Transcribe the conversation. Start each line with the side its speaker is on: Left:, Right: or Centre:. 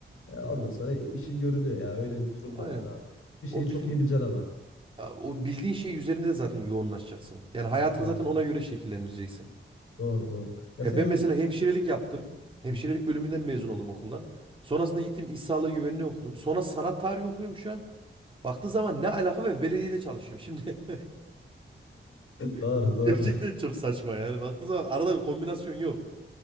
Left: E, ondan
Right: Hı hı.
Left: sonra işin görülüyor ya. Öyle bir durum
Right: Aynen.
Left: var yani abi. Bir şeyi
Right: O
Left: çok
Right: bil,
Left: iyi bileceksin ama.
Right: o bildiğin şey üzerinde de zaten yoğunlaşacaksın. Yani hayatını
Left: E, tabii
Right: zaten
Left: ki.
Right: ona göre şekillendireceksin.
Left: Doğru doğru. Ya
Right: Ya
Left: senin...
Right: ben mesela hemşirelik yaptım. Hemşirelik
Left: Hı hı.
Right: bölümünden mezun oldum okuldan. Sonrasında gittim iş sağlığı güvenliği okudum. Sonra sanat tarihi okuyorum şu an. Baktığı zaman ne alaka ve belediyede çalışıyorum. Şimdi
Left: <laughs> Doğru
Right: <laughs>
Left: doğru.
Right: gerçekten çok saçma yani. Baktığı zaman arada bir kombinasyon yok.